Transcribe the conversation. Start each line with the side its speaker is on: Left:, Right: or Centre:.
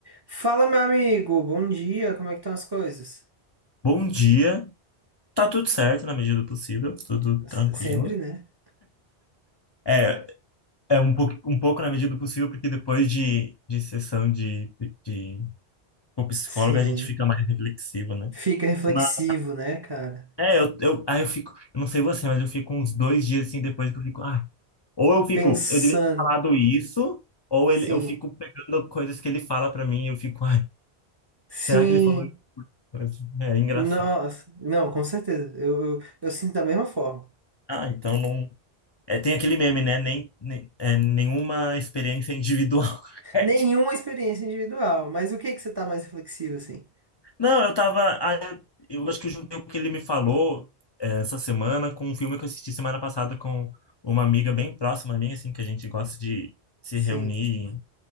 Right: Fala, meu amigo, bom dia, como é que estão as coisas?
Left: Bom dia. Tá tudo certo na medida do possível, tudo
Right: S-
Left: tranquilo.
Right: Sempre, né?
Left: É, é um pouco, um pouco na medida do possível, porque depois de, de sessão de, de, com psicólogo
Right: Sim.
Left: a gente fica mais reflexivo, né?
Right: Fica reflexivo,
Left: Mas,
Right: né, cara?
Left: é, eu, eu, aí eu fico, eu não sei você, mas eu fico uns dois dias assim depois que eu fico, ah, ou eu fico,
Right: Pensando.
Left: eu devia ter falado isso, ou
Right: Sim.
Left: ele, eu fico pegando coisas que ele fala pra mim e eu fico, ai,
Right: Sim.
Left: será que ele falou isso? É engraçado.
Right: Nossa. Não, com certeza. Eu, eu, eu sinto da mesma forma.
Left: Ah, então não. É, tem aquele meme, né? Nem, nem- é, nenhuma experiência é individual. <laughs> É,
Right: Nenhuma
Left: tipo,
Right: experiência individual, mas o que que você tá mais reflexivo assim?
Left: Não, eu tava. ah, Eu eu acho que eu juntei o que ele me falou é, essa semana com um filme que eu assisti semana passada com uma amiga bem próxima minha, assim, que a gente gosta de se
Right: Sim.
Left: reunir,